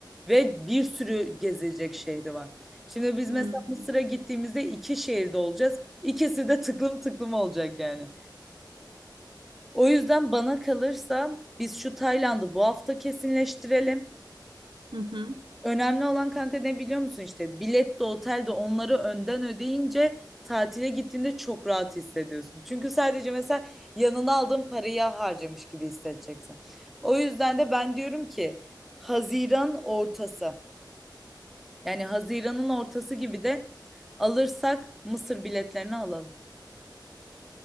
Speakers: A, in the centre; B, on the right.
A: ve bir sürü gezilecek şehri var. Şimdi biz
B: Hmm.
A: mesela Mısır'a gittiğimizde iki şehirde olacağız. İkisi de tıklım tıklım olacak yani. O yüzden bana kalırsa biz şu Tayland'ı bu hafta kesinleştirelim.
B: Hı hı.
A: Önemli olan kanka ne biliyor musun işte bilet de otel de onları önden ödeyince tatile gittiğinde çok rahat hissediyorsun. Çünkü sadece mesela yanına aldığın parayı harcamış gibi hissedeceksin. O yüzden de ben diyorum ki Haziran ortası yani Haziran'ın ortası gibi de alırsak Mısır biletlerini alalım.